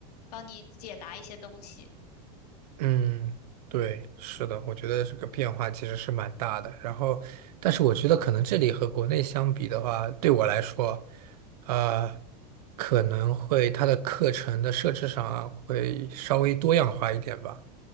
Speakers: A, on the left; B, on the right.
A: 帮你解答一些东西。
B: 嗯，对，是的，我觉得这个变化其实是蛮大的。然后，但是我觉得可能这里和国内相比的话，对我来说，呃，可能会它的课程的设置上啊会稍微多样化一点吧。